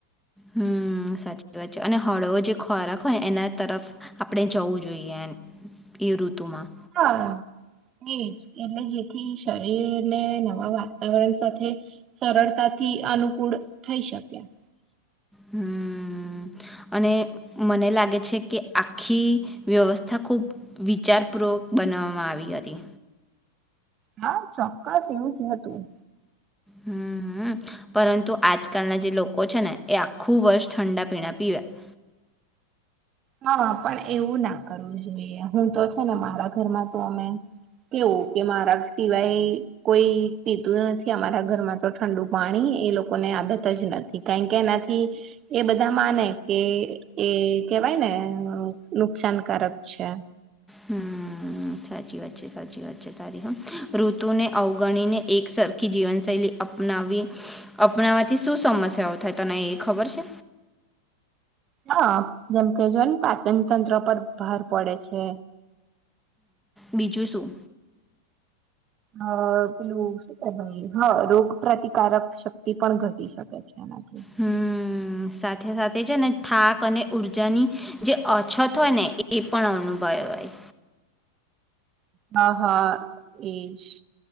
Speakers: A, in the centre; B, on the right.
A: હમ સાચી વાત છે અને હળવો જે ખોરાક હોય એના તરફ આપણે જવું જોઈએ એ ઋતુમાં
B: હા એજ એટલે જેથી શરીરને નવા વાતાવરણ સાથે સરળતાથી અનુકૂળ થઈ શક્યા
A: હમ અને મને લાગે છે કે આખી વ્યવસ્થા ખુબ વિચારપૂર્વક બનાવવામાં આવી હતી
B: હા ચોક્કસ એવું જ હતું
A: હમ હમ પરંતુ આજકાલના જે લોકો છે ને એ આખું વર્ષ ઠંડા પીણા પીવે્યા
B: હા પણ એવું ના કરવું જોઈએ હું તો છે ને મારા ઘરમાં તો અમે કેવું કે મારા સિવાય કોઈ પીતું નથી અમારા ઘરમાં તો ઠંડુ પાણી એ લોકો ની આદત જ નથી કારણ કે એનાથી એ બધા માને કે એ ભાઈ ને નુકસાનકારક છે
A: હમ સાચી વાત છે સાચી વાત છે તારી હ ઋતુને અવગણીને એક સરખી જીવનશૈલી અપનાવી અપનાવાથી શું સમસ્યાઓ થાય તને એ ખબર છે
B: હા જેમ કે જોય ને પાચન તંત્ર પર ભાર પડે છે
A: બીજું શું
B: અ પેલું હ રોગ પ્રતિકારક શક્તિ પણ ઘટી શકે છે એનાથી
A: હમ સાથે સાથે છે ને થાક અને ઉર્જાની જે અછત હોય ને એ પણ અનુભવ હોય
B: હા હા એજ